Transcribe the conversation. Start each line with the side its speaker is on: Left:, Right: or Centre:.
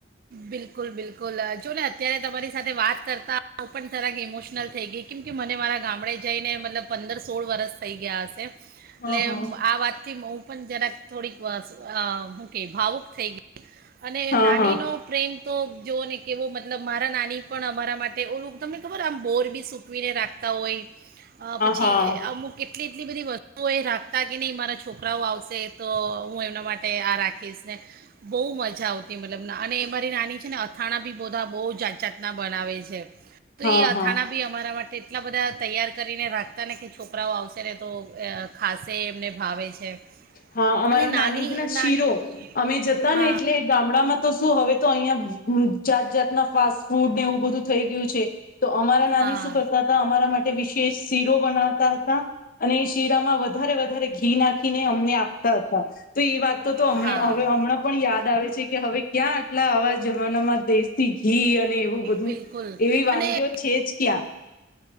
Right: બિલકુલ-બિલકુલ આજ જો ને અત્યારે તમારી સાથે વાત કરતાં હું પણ થરાક ઇમોશનલ થઈ ગઈ કેમ કે મને મારા ગામડે જઈને મતલબ પંદર સોળ વરષ થઈ ગયા હશે. એટલે
Left: હા હા
Right: આ વાત થી હું પણ જરાક થોડીક વશ હું કે ભાવુક થઈ ગઈ. અને
Left: હા
Right: નાનીનો
Left: હા
Right: પ્રેમ તો જોઓ ને કેવો મતલબ મારા નાની પણ અમારા માટે ઓલું તમને ખબર આમ બોર બી સૂકવીને રાખતા હોય. અ પછી
Left: હા હા
Right: અમુક કેટલી એટલી બધી વસ્તુઓ એ રાખતા કે નહીં મારા છોકરાઓ આવશે તો હું એમના માટે આ રાખીશ ને બહુ મજા આવતી મતલબ અને એ મારી નાની છે ને અથાણા બી બધા બહુ જાત જાતના બનાવે છે. તો
Left: હા
Right: એ અથાણા
Left: હા
Right: બી અમારા માટે એટલા બધા તૈયાર કરીને રાખતા ને કે છોકરાઓ આવશે ને તો અ ખાશે એમને ભાવે છે.
Left: હા, અમારા
Right: અને
Left: નાની છે ને
Right: નાની
Left: શીરો અમે જતા
Right: હા
Left: અન એટલે ગા ગામડામાં તો શું હવે તો અહિયાં જાત જાતના ફાસ્ટ ફૂડ ને એવું બધું થઈ ગયું છે. તો અમારા નાની
Right: હા
Left: શું કરતા હતા અમારા માટે વિશેષ શીરો બનાવતા હતા. અને એ શીરામાં વધારે-વધારે ઘી ના અમને આપતા હતા તો એ વાત તો
Right: હા
Left: હ હવે હમણાં પણ યાદ આવે છે કે હવે ક્યાં આટલા આવા જમાનામાં દેશી ઘી અને એવું બધું
Right: બિલકુલ
Left: એવી વાનગીઓ
Right: અને
Left: છે જ ક્યાં!